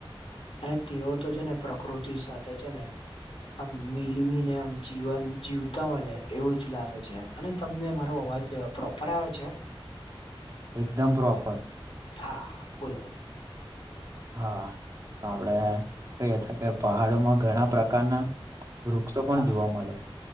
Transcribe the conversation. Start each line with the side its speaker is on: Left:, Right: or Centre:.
Left: અને તેઓ તો છે ને પ્રકૃતિ સાથે છે ને આમ મિલવીને આમ જીવન જીવતા હોય ને એવું જ લાગે છે અને તમને મારો અવાજ પ્રોપર આવે છે?
Right: એકદમ પ્રોપર.
Left: હા બોલો, બોલો.
Right: હા તો આપડે કઈ અતા કે પહાડોમાં ઘણા પ્રકારના વૃક્ષો પણ
Left: હા
Right: જોવા મળે